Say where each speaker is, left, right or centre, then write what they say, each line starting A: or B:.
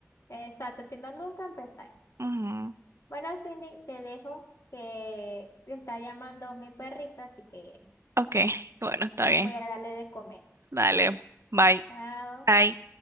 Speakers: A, on the left; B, on the right.
A: exacto, si no, nunca empezáis.
B: Ujú.
A: Bueno, Cindy, te dejo que me está llamando mi perrito, así que
B: Ok, <laughs> bueno, está bien.
A: voy a darle de comer.
B: Dale. Bye.
A: Chao.
B: Bye.